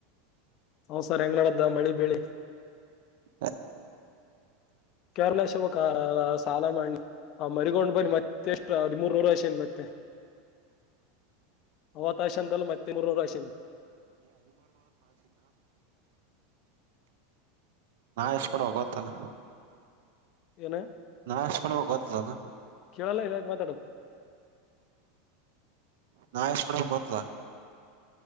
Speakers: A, on the left; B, on the right.
A: ಹೌ್ ಸರ್ ಹೆಂಗ್ ನಡ್ದ ಮಳಿ ಬಳಿ
B: ಹ
A: ಕೇರಳ ಶವ ಸಾಲ ಮಾಡಿ ಮರಿಗೊಂಡ್ ಬನ್ನಿ ಮತ್ತೆ ಮತ್ತೆಷ್ಟ ಅದ್ ಮೂರ್ನೂರುಯಷನ್ ಮತ್ತೆ ಅವತ್ತಾಯಷ ಅಂತಲ್ಲ ಮತ್ತೆ ಮೂರ್ನೂರು ಆಯಷ ನ್
B: ನಾ ಎಷ್ಟ ಕೊಡುವಾಗತ್ತಲ್ಲ
A: ಏನ
B: ನಸ್ಕ ಗ ಇಲ್ಲನಾ
A: ಕೇಳಲ್ಲ ಇದ ಮಾತಾಡು
B: ನಾ ಎಷ್ಟಕಡಬೇಕಕ್ ಗೊತದ